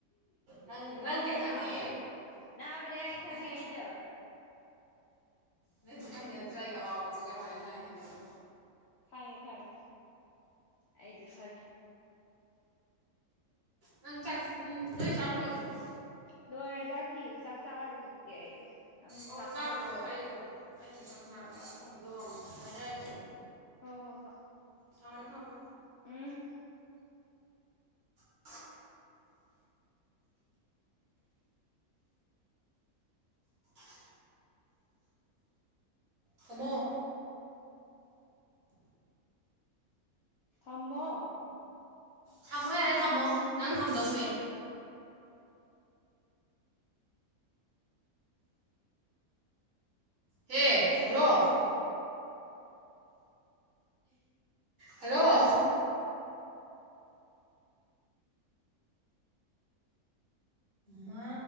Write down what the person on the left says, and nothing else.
ꯈꯡꯒꯦ
ꯅꯥꯕꯅꯦ
ꯅꯥꯕꯅꯦꯍꯦ ꯈꯡꯒꯦ
ꯑꯩꯁꯨ
ꯈꯪꯉꯦ꯫ ꯈꯪꯉꯦ ꯑꯩꯁꯨ ꯈꯪꯉꯦ
ꯂꯣꯏꯔꯦ ꯆꯥꯛ ꯊꯤꯔꯦ ꯆꯥꯛ ꯆꯥꯔꯨꯈꯤꯒꯦ ꯑꯩ ꯅꯪꯁꯨ
ꯆꯥꯊꯣꯛꯑꯝ
ꯎꯝ
ꯍꯣ ꯍꯣ ꯍꯣ
ꯎꯝ
ꯍ
ꯊꯝꯃꯣ